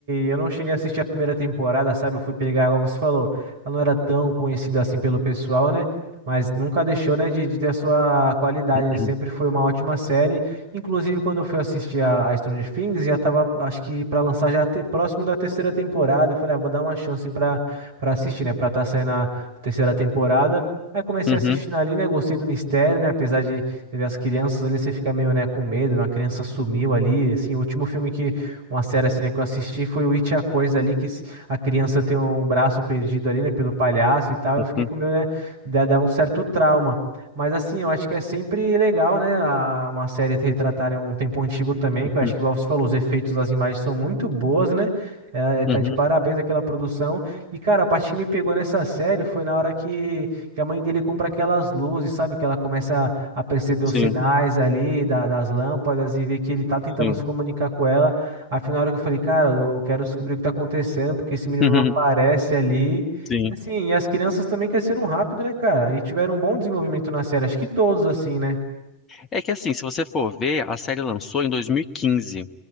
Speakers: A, on the right; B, on the left.
A: eu não cheguei a assistir a primeira temporada, sabe? Eu fui pegar, igual você falou, ela não era tão conhecida assim pelo pessoal, né? Mas nunca deixou, né, de, de ter a sua qualidade.
B: Uhum,
A: Ele sempre foi uma ótima série. Inclusive, quando eu fui assistir a, a Stranger Things, já tava, acho que pra lançar já te- próximo da terceira temporada. Eu falei, ah, vou dar uma chance pra, pra assistir, né? Pra tá saindo a, a terceira temporada. Aí comecei
B: uhum,
A: a assistir ali, né? Gostei do mistério, né? Apesar de você vê as crianças ali, você fica meio, né, com medo, uma criança sumiu ali, assim, o último filme que, uma série assim, né, que eu assisti foi o It, a Coisa ali, que s- a criança tem o braço perdido ali, né, pelo palhaço e tal, eu
B: uhum,
A: fiquei com meio, né, da- dava um certo trauma. Mas assim, eu acho que é sempre legal, né, a- uma série retratar né, um tempo antigo também,
B: uhum,
A: que eu acho que, igual você falou, os efeitos das imagens são muito boas, né, é, tá
B: uhum.
A: de parabéns aquela produção. E, cara, a parte que me pegou nessa série foi na hora que, que a mãe dele compra aquelas luzes, sabe? Que ela começa a perceber
B: sim,
A: os sinais ali da- das lâmpadas e ver que ele tá tentando
B: sim,
A: se comunicar com ela. Afinal, eu falei, cara, eu quero descobrir o que tá acontecendo, porque esse menino
B: <laughs>
A: não aparece ali.
B: sim.
A: E assim, e as crianças também cresceram rápido, né, cara? E tiveram um bom desenvolvimento na série. Acho que todos, assim, né?
B: É que assim, se você for ver, a série lançou em 2015,